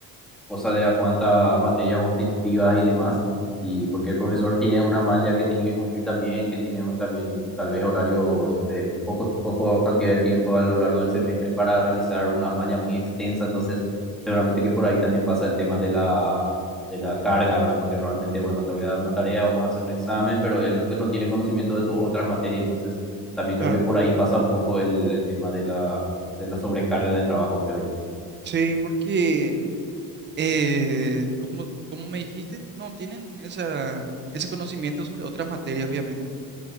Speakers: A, in the centre; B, on the right (about 30°).
A: cosa de a cuántas materias vos te inscribas y demás, y porque el profesor tiene una malla que tiene que cumplir también, que tiene un, también tal vez horarios, eh, poco, poco cantidad de tiempo a lo largo del semestre para realizar una malla muy extensa, entonces seguramente que por ahí también pasa el tema de la, de la carga, ¿verdad? Porque realmente, bueno, te voy a dar una tarea, vamos a hacer un examen, pero él pues no tiene conocimiento de tus otras materias, entonces también creo
B: Claro,
A: que por ahí pasa un poco el, el tema de la, de la sobrecarga de trabajo, creo yo.
B: sí, porque, eh, como, como me dijiste, no tienen esa, ese conocimiento sobre otras materias, obviamente.